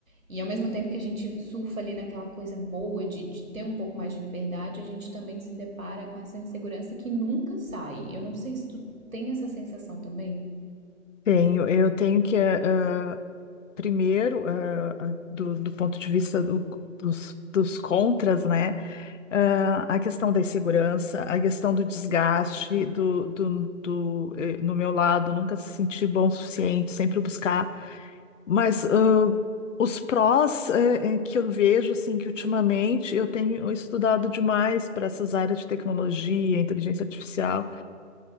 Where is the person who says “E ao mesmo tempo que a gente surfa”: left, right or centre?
Right